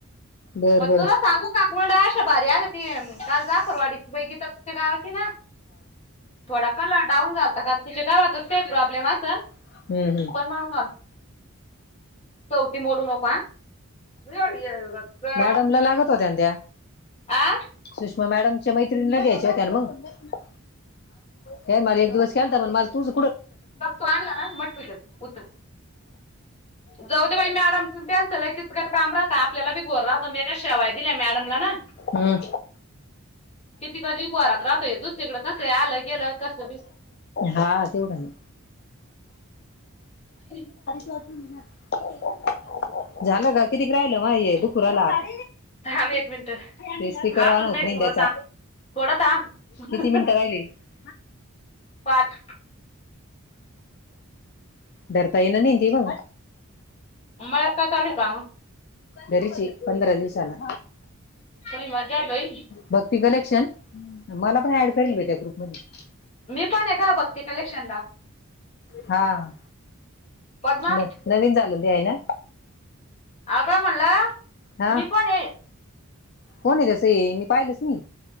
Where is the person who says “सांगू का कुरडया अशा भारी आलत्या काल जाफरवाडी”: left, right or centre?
Left